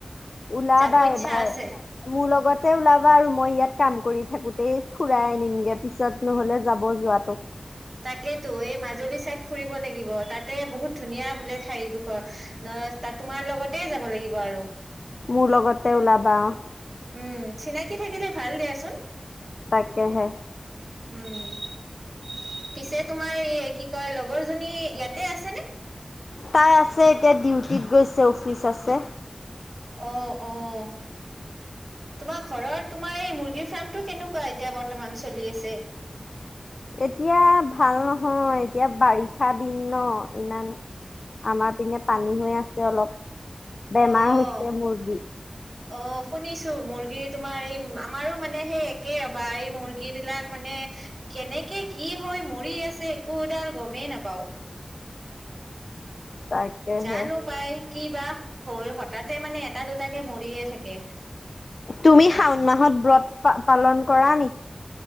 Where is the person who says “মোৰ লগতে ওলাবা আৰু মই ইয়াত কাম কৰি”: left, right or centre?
Left